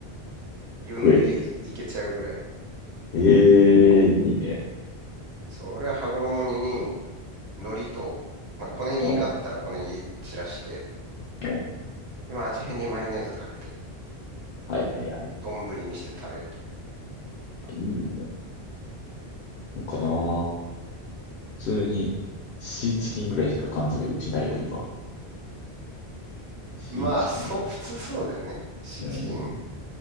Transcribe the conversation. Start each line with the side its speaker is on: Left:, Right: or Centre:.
Right: 余裕でい、
Left: 食える。
Right: いけちゃうぐらい。
Left: ええいいね。
Right: そう、俺は羽衣に、
Left: そっか。
Right: に海苔と、まあ、小ネギがあったら小ネギ散らして、
Left: うん。うん
Right: でまあ、味変にマヨネーズかけて、
Left: はいはいはい。
Right: 丼にして食べる。
Left: あいいね。なんかな、
Right: それ
Left: 普通にシーチキンぐらいしか缶詰うちないわ、今。シーチキン、
Right: まあ、そう、普通そうだよね。シーチキン。
Left: うん、